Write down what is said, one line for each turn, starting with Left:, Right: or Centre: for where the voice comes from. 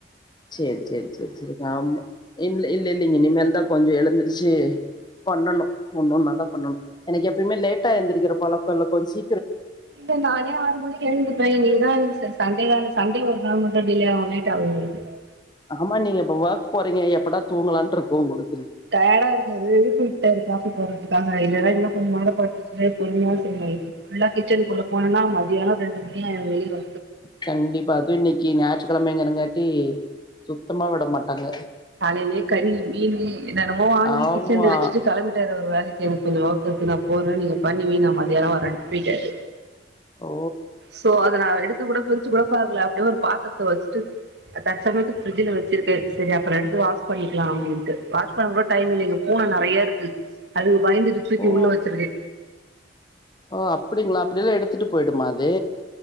Left: செரி செரி செரி செரி ஆமா இல் இல்லல்லேங்க இனிமேல்தா கொஞ்சோ எழுந்து சே பண்ணணு ஒன்னு நல்லா பண்ணணு எனக்கு எப்பயுமே லேட்டா எந்திரிக்கிற பழக்கோ இல்ல கொஞ் சீ
Right: இல்ல நானே ஆறு மணிக்கு எழுந்துப்பே இன்னைக்கு தா சன் சண்டேதானே சண்டே ஒரு நாள் மட்டு டிலே ஆவுமே <unintelligible>
Left: ஆமா நீங்க இப்ப ஒர்க் போறீங்க எப்டா தூங்கலான்ட்ருக்கு உங்களு
Right: டயாடா இருக்காது <unintelligible> இருக்க து போறதுக்காக இல்லனா இன்னு கொஞ்சோ நேரொ படுத்துட்டு பொறுமையா செய்வே உள்ள கிச்சன் குள்ள போனனா மதியான ரெண்டு மணிய ஆயிரு வெளிய வ
Left: கண்டிப்பா அதுவு இன்னைக்கு ஞாய்ற்ரு கெழமேங்கங்காட்டி சுத்தமா விட மாட்டாங்க
Right: காலேலே கறி மீனு என்னனமோ வாங்கி
Left: ஆமா
Right: கிச்சன்ல வச்சுட்டு கெளம்பிட்டாரு அவரு வேலைக்கு எனக்கு கொஞ்சோ க்கு நா போறே நீங்க பண்ணி வெய் நா மதியான வரேன்டு போயிட்டாரு
Left: ஓ
Right: சோ அத நா எடு துகூட பிரிச்சு கூட பாக்ல அப்டியே ஒரு பாத்தருத்த வச்சுட்டு தர்சமையத்துக்கு பிர்ஜல வச்சிருக்கே செரி <unintelligible> து வாஷ் பண்ணிக்லா அப்டின் <unintelligible> வாஷ் பண்ண கூட டைம் இல்லேங்க பூன நெறையருக்கு அதுக்கு பயந்துட்டு தூக்கி
Left: ஓ
Right: உள்ள வச்சிருக்கே
Left: ஓ அப்டிங்ளா அப்டியெல்லா எடுத்துட்டு போயிடுமா அது